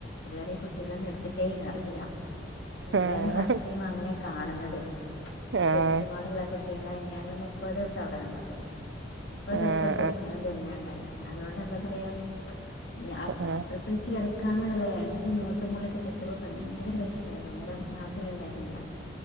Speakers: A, on the left; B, on the right.
A: ഇതുവരെ കുട്ടികളൊന്നും എടുത്തിട്ടേല്ല അറിയില്ല ഇവളെണ്
B: ആഹ്
A: ഫസ്റ്റ് ടൈം അങ്ങനെ കാണുന്നത്
B: ആഹ്
A: ജനിച്ചപാടുള്ള കുട്ടികളെ ഞാന് മുപ്പത് ദിവസം അവിടെ നിന്നത് മുപ്പത്
B: ആഹ്
A: ദിവസം പുള്ളിക്കാരൻ തന്നെ ണ്ടായി അതോണ്ട് ന്താ പറയാ ഞാൻ
B: ആഹ്
A: പ്രസിവിച്ചു കിടക്ക ക്കാണ്ന്നള്ളതാണ് എനിക്ക് മൂത്ത മോളൊക്കെ പെറ്റപ്പോ ഭയങ്കര വിഷമായ്രുന്നു അന്നേരം നാട്ടിലുണ്ടായിരുന്നില്ല.